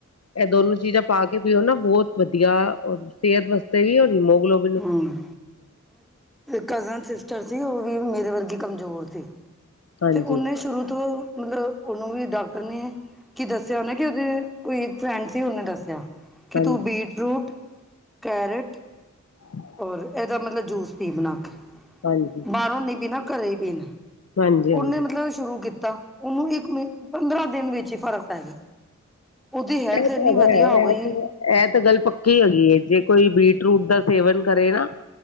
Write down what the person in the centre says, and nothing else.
ਹੂੰ। ਕਜ਼ਨ ਸਿਸਟਰ ਸੀ ਓਵੀ ਮੇਰੇ ਵਰਗੀ ਕਮਜੋਰ ਸੀ,
ਤੇ ਓਨੇ ਸ਼ੁਰੂ ਤੋ ਮਲਬ ਓਨੂੰ ਵੀ ਡਾਕਟਰ ਨੇ ਕੀ ਦੱਸੇਆ ਓਨੇ ਕਿ <unintelligible> ਕੋਈ ਫ੍ਰੈਂਡ ਸੀ ਓਨੇ ਦੱਸੇਆ ਕਿਤੂ
ਬੀਟ ਰੂਟ ਕੈਰੇਟ
ਔਰ ਇਹਦਾ ਮਤਲਬ ਜੂਸ ਪੀ ਬਣਾ ਕੇ
ਬਾਹਰੋਂ ਨਹੀਂ ਪੀਣਾ ਘਰੇ ਹੀ ਪੀਣਾ।
ਉਹਨੇ ਮਤਲਬ ਸ਼ੁਰੂ ਕੀਤਾ ਉਹਨੂੰ ਇੱਕ ਮ ਪੰਦਰਾਂ ਦਿਨ ਵਿੱਚ ਹੀ ਫ਼ਰਕ ਪੈ ਗਿਆ। ਉਹਦੀ ਹੈਲਥ
ਇੰਨੀ
ਵਧੀਆ
ਹੋ ਗਈ